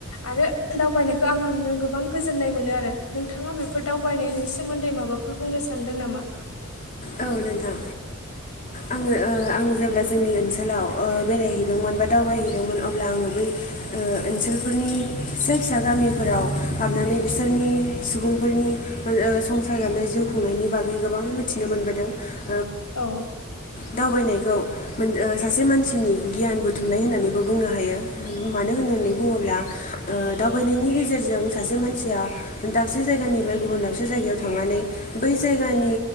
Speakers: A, on the left; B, on the left.
A: आरो दावबायनायखौ आं आंनो गोबां गोजोन्नाय मोनो आरो नोंथाङा बेफोर दावबाय बेनि सोमोन्दै माबाफोर बुंनो सानदों नामा?
B: औ नोंथां आङो ओ आं जेब्ला जोंनि ओनसोलाव ओ बेरायहैदोंमोन बा दावबायहैदोंमोन अब्ला आङो बै ओनसोलफोरनि फिसा फिसा गामिफोराव हाबनानै बिसोरनि सुबुंफोरनि ओ संसार जानाय जिउ खुंनायनि बागै गोबां मिथि नो मोनबोदों।
A: औ।
B: दावबायनायखौ मोन सासे मानसिनि गियान बुथुमनाय होननानैबो बुंनो हायो। मानो होननानै बुङोब्ला ओ दावबायनायनि गेजेरजों सासे मानसिया दाबसे जायगानिफ्राय गुबुन दाबसे जायगायाव थांनानै नै बै जायगानि